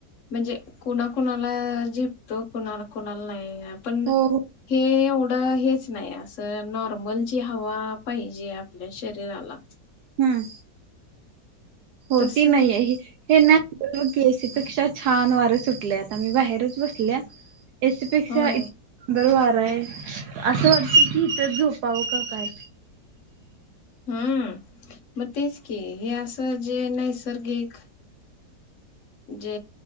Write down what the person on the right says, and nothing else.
हो हो
हम्म होती
नाही हे ना <unintelligible> त्यापेक्षा छान वारे सुटले आता मी बाहेरच बसल्या एसी पेक्षा
ईथ बर वा <unintelligible> असं वाटत की इथ झोपावं का काय